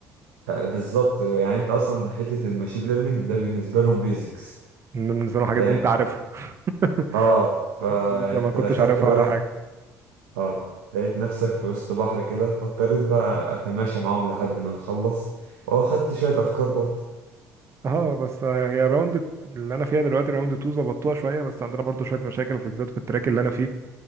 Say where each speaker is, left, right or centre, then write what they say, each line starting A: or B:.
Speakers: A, on the right; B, on the right.
A: آه، بالظبط يعني انت اصلا حته الماشين ليرنينج ده بالنسبه لهم بيزكس
B: من من زمان حاجات
A: فاهم
B: دي انت عارفها <laughs>
A: اه فانت
B: وانت ما كنتش
A: دخلت
B: عارفها
A: بقى
B: ولا حاجه
A: اه لقيت نفسك في وسط بحر كده فاضطريت بقى اتماشى معاهم لحد ما نخلص واخدت شوية افكار برضه
B: اه بس هي الراوند اللي انا فيها دلوقتي راوند 2 ظبطوها شويه بس عندنا برضو شويه مشاكل في الذات في التراك اللي انا فيه